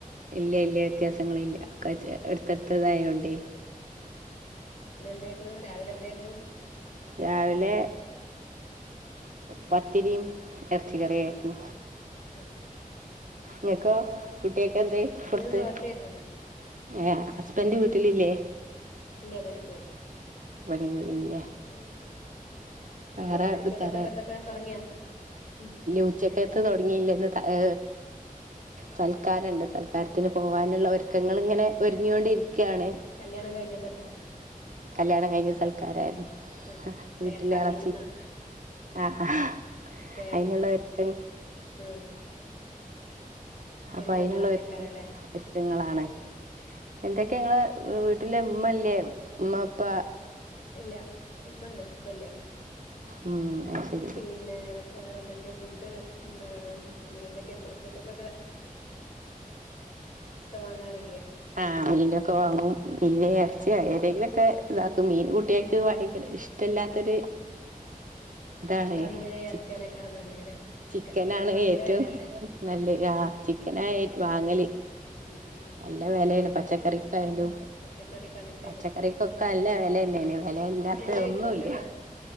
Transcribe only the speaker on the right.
ഇല്ല ഇല്ല വ്യത്യാസങ്ങ ഇല്ല എടുത്തെടുത്തതായോണ്ട്
രാവിലെ പത്തിരിയും എർച്ചികറ ആയിരുന്നു
എനക്ക കുട്ടിയൊക്കെ എന്ത് കൊടുത്ത്
ഏ ഹസബന്റെ വീട്ടിലില്ലേ
ബണ കു ഇല്ല
വേറെ
തരല്
ഉച്ചക്കത്ത് തുടങ്ങിയില്ലന്ന് ഏ സൽക്കാരുണ്ട് സൽക്കാരത്തിന് പോവാനുള്ള ഒരുക്കങ്ങൾ ഇങ്ങനെ ഒരുങ്ങൊണ്ടിരിക്കയാണ്
കല്യാണം കഴിഞ്ഞ സൽക്കാരായിരുന്നു
വീട്ടില
ആഹ്
അനുള്ളവർക്ക്
അപ്പൊ അതിനുള്ള ഒരു ഒരുക്കങ്ങളാണ്
എന്തൊക്കെങ്ങള് വീട്ടില് ഉമ്മല്ലേ ഉമ്മപ്പാ
ഉം അത് ശരി
ആഹ് മീനൊക്കെ വാങ്ങും. മീന് എർച്യോ
ഏതെങ്കിലൊക്കെ ഇതാക്കും മീൻ കുട്ട്യേക്ക് ഭയ്ങ്കര ഇഷ്ടല്ലാത്തൊര് താണ്.
ചിക്
ചിക്കനാണ്
ഏറ്റവും
നല്ലെ ആഹ് പിനായെറ്റ് വാങ്ങല്
നല്ല വെലേണ് പച്ചക്കറിക്കായാലും.
പച്ചക്കറിക്കൊക്കെ
അല്ല വെലന്നേണ് വെലല്ലാത്ത
ഒന്നുല്ല്യ.